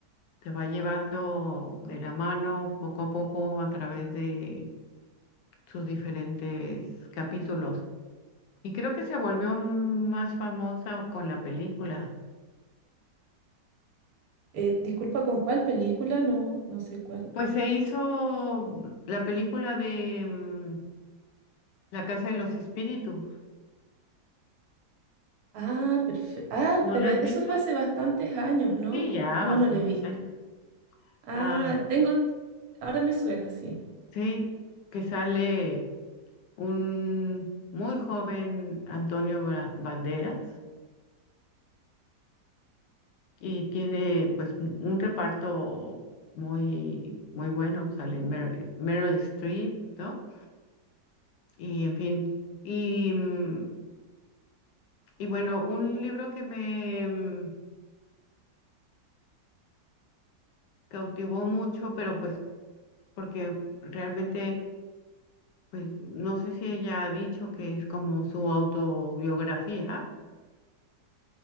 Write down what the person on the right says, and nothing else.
Eh, disculpa, ¿con cuál película? No, no sé cuál.
Ah, perfecto. Ah,
pero
eso
fue hace bastantes años, ¿no?
No,
no lo he visto.
Ah,
tengo, ahora me suena, sí.